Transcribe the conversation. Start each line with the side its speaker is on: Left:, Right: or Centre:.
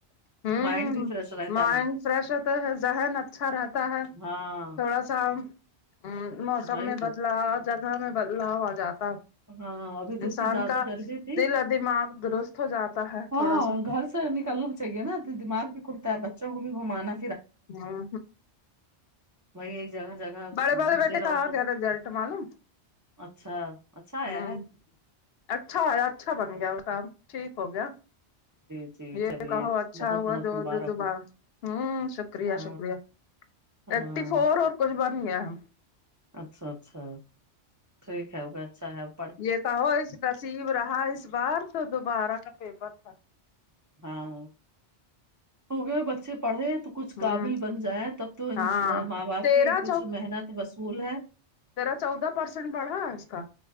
Left: ہوں
Right: مائنڈ بھی فریش رہتا
Left: مائنڈ
Right: ہے
Left: فریش ہوتا ہے ذہن اچھا رہتا ہے
Right: ہاں
Left: تھوڑا سا شام موسم
Right: وہی
Left: میں
Right: تو
Left: بدلاؤ جگہ میں بدلاؤ آجاتا
Right: ہاں ابھی تو
Left: انسان
Right: اتنی زیادہ
Left: کا
Right: گرمی تھی
Left: دل اور دماغ درست ہو جاتا ہے
Right: ہاں
Left: تھوڑا سا
Right: گھر نکلنا چاہیے نا دماغ بھی کھلتا ہے بچوں کو بھی گھومانا
Left: ہاں
Right: وہئی ہے ایک جگہ جگہ
Left: بڑے والے
Right: گھسے
Left: بیٹے
Right: رہو
Left: کا آ
Right: تو
Left: گیا ریسلٹ معلوم
Right: اچھا اچھا آیا
Left: امم
Right: ہے
Left: اچھا آیا اچھا بن گیا کام ٹھیک ہو گیا
Right: جی
Left: یہ
Right: چلیے
Left: تو کہو اچھا
Right: بہت
Left: ہوا
Right: بہت
Left: دو
Right: مبارک
Left: دو دوبار
Right: ہو
Left: امم شکریہ
Right: ہاں
Left: شکریہ
Right: ہاں
Left: ترٹھی فور اور کچھ بن گیا ہے
Right: اچھا اچھا ٹھیک ہے اب اچھا ہے اب
Left: یہ کہو اس نصیب رہا اس بار تو دوبارہ کا پیپر تھا
Right: ہاں ہو گیا بچے پڑھے تو کچھ
Left: ہوں
Right: قابل بن جائے تب تو ان
Left: ہاں
Right: ماں باپ
Left: تیرہ
Right: کی کچھ محنت وصول ہے
Left: تیرا چودہ پرسینٹ بڑھا اس کا